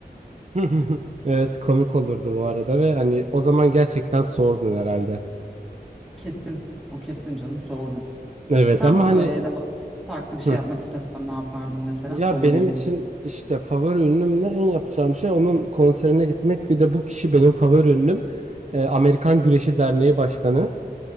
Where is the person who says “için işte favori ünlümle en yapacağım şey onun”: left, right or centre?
Right